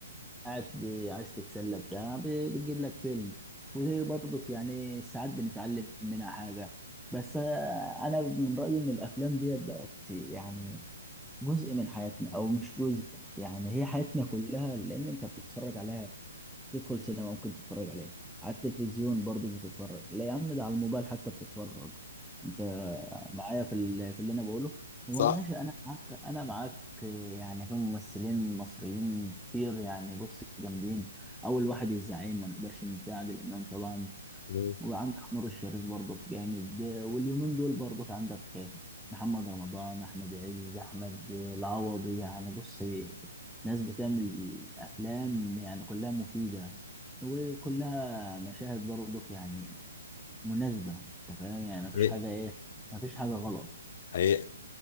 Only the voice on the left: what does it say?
صح
مم.
حقيقة
حقيقة